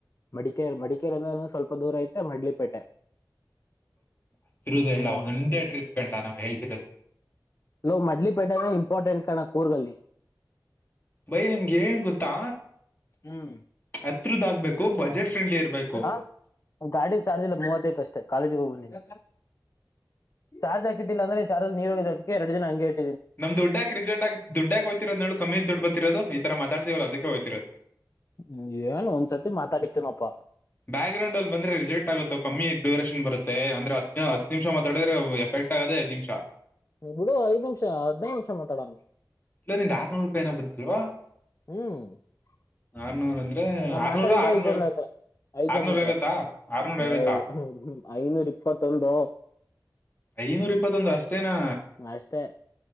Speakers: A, on the left; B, on the left.
A: ಮಡಿಕಲ್ ಮಡಿಕ ಂದ ಸ್ವಲ್ಪ ದೂರ ಐತೆ ಮಡ್ಲಿಪೇಟೆ
B: ಹತ್ತಿರದಲ್ಲ
A: ಹ್ಮ್
B: ಒಂದೇ ಟ್ರಿಪ್ ಕಂಡಲ್ಲ ನಾವ್ ಹೇಳ್ತಿರೋದು
A: ಲ ಮಡ್ಲಿಪೇಟನ ಇಂಪಾರ್ಟೆಂಟ್ ಕಣ ೂರ್ಗಲ್ಲಿ
B: ಬೈ ನಂಗೆ ಹೇಳ್ ಗೊತ್ತಾ
A: ಹ್ಮ್
B: ಹತ್ರದ ಆಗ್ಬೇಕು ಬಜೆಟ್ ಫ್ರೆಂಡ್ಲಿ ಇರ್ಬೇಕು
A: ಹ ಗಾಡಿ ಚಾರ್ಜ್ ಎಲ್ಲಾ ಮೂವತ್ತೈ ಅಷ್ಟೇ ಕಾಲಜಿಗೆ ಹೋಗಬಂದಿನ ಚಾರ್ಜ್ ಹಾಕಿಟ್ಟಿಲ್ಲ ಅಂದ್ರೆ ಚಾರ್ಜ ನೀರ ಹೋಗದಕ್ಕೆ ಎರಡು ದಿನ ಹಂಗೆ ಇ
B: ನಮ್ ದುಡ್ಡ ಕಿಕೆಟ ಆ ಡ್ಡಕ್ೋ್ತಿೋದ ಹೇಳೇಳ ಕಮ್ಮಿ ದುಡ್ ಬತಿರೋದು ಈರ ಮಾತಾಡ್ತಿೀವಲ್ಲ ಅದಕ್ಕೆ ಹೋ್ತಿರೋದು
A: ್ಮ ಏನ್ ಒಂದ್ಸರ್ತಿ ಮಾತಾಡಿತೇನಪ್ಪಾ
B: ಬ್ಯಾಕ್ ಗ್ರೌಂಡ್ ಅಲ್ಲಿಂದೆಿಸಜೆಟ್ ಆಗುತ್ತ ಕಮ್ಮಿ ಡ್ಯೂರಷನ್ ಬರುತ್ತೆ ಮತ್ತೆ ಅಂದ್ರೆ ಹತ್್ ಹದ್ ನಿಮಿಷ ಮಾತಾಡಿದ್ರೆ ಎಫೆಕ್ಟ್ ಆಗದೆ ದ್ ನಿಮಿಷ
A: ಬಿಡು ಐದ್ ನಿಮಿಷ ಹದ್ಿನೈದು ನಿಮಿಷ ಮಾತಾಡಣ
B: ಇಲ್ಲ ನಿಂದ ಆರ್ನೂರು ರೂಪಾಯ ಏ ಬಂತಲ್ವಾ
A: ಹ್ಮ್
B: ಆರ್ನೂರ್ ಅಂದ್ರೆ
A: ನಾ
B: ಆರ್ನೂರ
A: ಮಾತಾಡಿದ್ದೆ
B: ಆರ್ನೂರ್
A: ಈಜಂದತ್ರ ಐಚನ
B: ಆರ್ನೂರ
A: ಮಾತ್ರ
B: ಐವತ್ತಾ ಆರ್ನೂರ ಐವತ್ತಾ
A: ಅ ಐನೂರು ಇಪ್ಪತ್ತೊಂದೋ
B: ಐನೂರ ಇಪ್ಪತ್ತೊಂದು ಅಷ್ಟೇನಾ
A: ಅಷ್ಟೇ